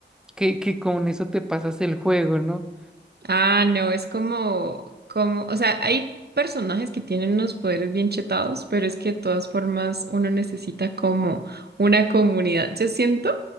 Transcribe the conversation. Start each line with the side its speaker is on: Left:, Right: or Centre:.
Centre: que, que con eso te pasas el juego, ¿no?
Right: Ah, no, es como, como, o sea, hay personajes que tienen unos poderes bien chetados, pero es que de todas formas uno necesita como una comunidad. Yo siento